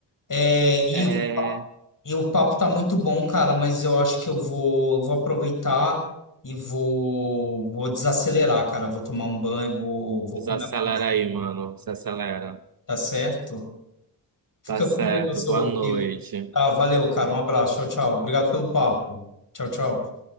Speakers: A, on the left; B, on the right.
A: É, e
B: É,
A: E o papo tá muito bom, cara, mas eu acho que eu vou, eu vou aproveitar e vou, vou desacelerar, cara. Vou tomar um banho, vou, vou
B: desacelera
A: comer alguma coisa,
B: aí, mano. Se acelera.
A: tá certo? Fica
B: Tá certo.
A: com Deus,
B: Boa
A: ô
B: noite.
A: Igor. Tá, valeu, cara. Um abraço. Tchau, tchau. Obrigado pelo papo. Tchau, tchau.